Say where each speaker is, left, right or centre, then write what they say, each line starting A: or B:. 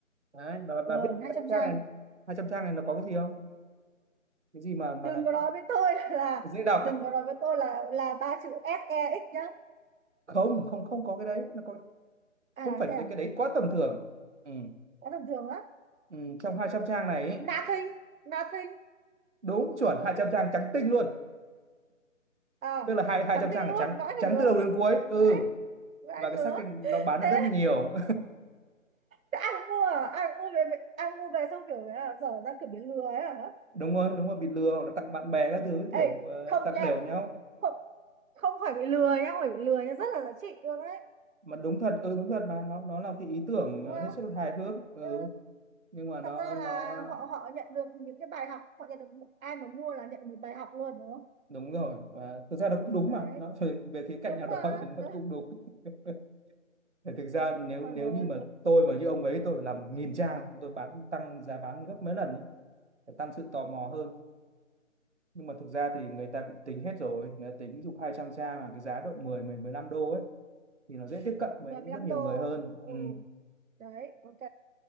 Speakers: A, on the right (about 60°); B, on the right (about 80°).
A: đấy bà, bà
B: Rồi,
A: biết
B: hai
A: 200
B: trăm
A: trang
B: trang.
A: này 200 trang này nó có cái gì không cái gì mà mà
B: Đừng
A: lại
B: có nói với tôi <laughs> là
A: dễ đọc
B: đừng có nói với tôi là là ba chữ ét E SEX nhá.
A: không không không có cái đấy nó có
B: À
A: không phải
B: thế
A: cái
B: à?
A: đấy cái đấy quá tầm thường ừ.
B: Quá tầm thường á.
A: Ừ, trong 200 trang này ấy,
B: Nothing, nothing.
A: đúng chuẩn 200 trang trắng tinh luôn
B: À,
A: tức là hai hai
B: trắng
A: trăm
B: tinh
A: trang là
B: luôn,
A: trắng
B: vãi
A: trắng
B: được lứa.
A: từ đầu đến cuối ừ
B: Vãi, vãi
A: và cái
B: lứa.
A: sách nó bán được
B: Thế
A: rất nhiều
B: thế ai cũng mua à? Ai cũng mua về ai cũng mua về xong kiểu là dở ra kiểu bị lừa ấy hả?
A: <laughs> đúng rồi đúng rồi bị lừa hoặc là tặng bạn bè các thứ
B: Ê,
A: kiểu ờ,
B: không
A: tặng
B: nha.
A: đều nhau
B: Không không phải bị lừa nhá, không phải bị lừa nhá, rất là giá trị luôn đấy.
A: mà đúng thật ừ đúng thật mà nó nó là cái ý tưởng
B: Đúng
A: ờ,
B: không?
A: hết sức là hài hước ừ
B: Ừ.
A: nhưng mà nó
B: thật ra
A: nó
B: là họ họ nhận được những cái bài học họ nhận được một- ai mà mua là nhận được một bài học luôn đúng không
A: đúng rồi và thực ra nó cũng đúng
B: đấy
A: mà nó về, về khía cạnh
B: đúng
A: nào
B: mà
A: đó <laughs> thì nó
B: <laughs>
A: cũng đúng <laughs> Thì thực ra nếu
B: Ôi
A: nếu
B: rồi
A: như mà tôi mà như ông ấy tôi phải làm nghìn trang tôi bán tăng giá bán gấp mấy lần ấy, để tăng sự tò mò hơn nhưng mà thực ra thì người ta cũng tính hết rồi người ta tính ví dụ 200 trang mà cái giá độ 10 10 15 đô ấy thì nó dễ tiếp cận với
B: mười lăm
A: rất nhiều
B: đô
A: người hơn
B: ừ
A: ừ.
B: đấy ok